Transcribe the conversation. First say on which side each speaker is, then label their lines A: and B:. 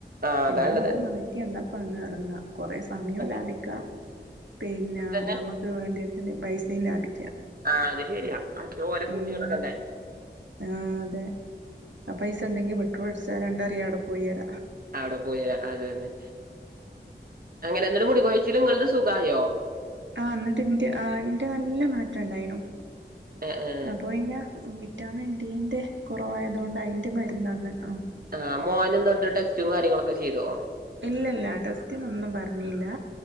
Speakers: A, on the right; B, on the right.
A: ആ അതാള്ളത്
B: എതാമക്ക് മാറ്റി അന്നപ്പ അങ്ങ് ഇറങ്ങ കൊറെ സമയോം
A: അപ്പൊ
B: ലാഭിക്കാം പിന്നെ
A: തന്നെ
B: നമക്ക് വേണ്ടിടത്തി്ന് പൈസയ ലാഭി
A: ആഹ് അത് ശരിയ മറ്റേ ഓലെ കൂലി
B: ഉം
A: ഒടുക്കണ്ടേ
B: ആഹ് അതെ ആ പൈസ ഉണ്ടെങ്കി പെട്രോൾ അടിച്ചാൽ രണ്ട് അറിയാം എവിടെ പോയിര
A: അവിടെ പോയി അത് എന്നെ അങ്ങനെ എന്ന മുടി കൊയ്യില് നിങ്ങളത് സുഖയോ
B: ആഹ് ന്നിട്ട് ന്റെ ആഹ് ന്റെ നല്ല മാറ്റ ണ്ടായിനു
A: ഏ ഏ
B: അപ്പൊ പിന്ന വിറ്റാമിൻ ഡീന്റെ കൊറവ് ആയത് കൊണ്ട് അയ്യിന്റെ മരുന്ന് അന്ന് ആഹ്
A: ആഹ് മോന് ഇന്നട്ട് ടെസ്റ്റും കാര്യങ്ങളൊക്കെ ചെയ്തോ
B: ഇല്ല ഇല്ല ടെസ്റ്റിന് ഒന്നും പറഞ്ഞില്ല